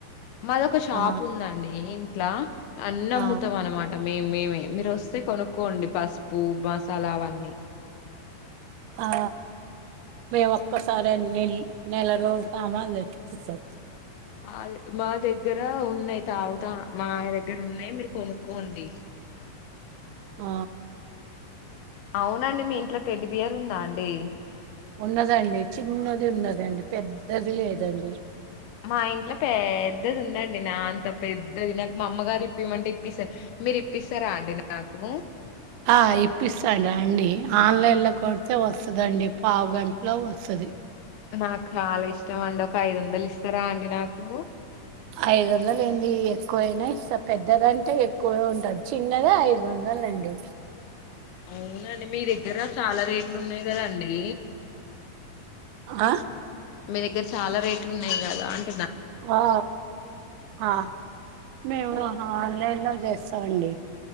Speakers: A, on the left; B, on the right.
A: మాదొక షాప్
B: ఆ
A: ఉందండీ. ఇట్లా అన్నీ
B: ఆ
A: అమ్ముతం అన్మాట మే మేమే మీరు వస్సే కొను కొండి పసుపు బస్ సాలా అవన్నీ
B: ఆ మేము ఒక్కసారెన్ నేలి నేలరో సామాన్లు తెచ్చి తవ్
A: మా మా దగ్గర ఉన్నయ్ తావుత మా దగ్గర్నినున్నయ్ మీరు కొనుక్కోండి.
B: ఆ
A: అవునండి మీ ఇంట్లో టెడ్ బియర్ ఉందా అండి.
B: ఉన్నదండి చిన్నది ఉన్నదండి పెద్దది లేదండి.
A: మా ఇంట్లో పేద్దది ఉందండి నా అంత పెద్దది నాకు మా అమ్మగారు ఇప్పిమంటే ఇప్పిస్స మీరు ఇప్పిస్సారా అండి నాకు
B: ఆ ఇప్పిస్సాన్ రండి ఆన్లైన్లో కొడ్తే వస్సదండి పావుగంట్లో వస్సది.
A: నాక్ చాలా ఇష్టం అండి, ఒక ఐదువందలు ఇస్సరా అండి నాకు
B: ఐదు వందలు ఏంటి ఎక్కువైనా ఇస్సా పెద్దదంటే ఎక్కువ ఉ టద్ చిన్నగా ఐదువందలండి.
A: అవునండి మీ దగ్గర చాలా రేట్లు ఉన్నయి కదండి.
B: ఆ
A: మీ దగ్గర చాలా రేట్లు ఉన్నయి కదా అ
B: ఆ అ మేము ఆన్లైన్లో చేస్ త్తమండి